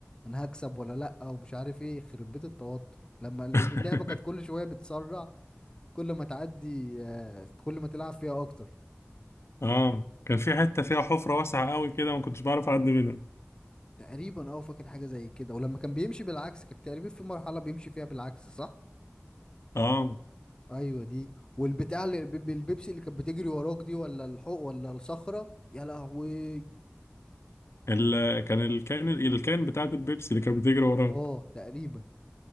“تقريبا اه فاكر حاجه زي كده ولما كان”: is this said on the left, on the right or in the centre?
Left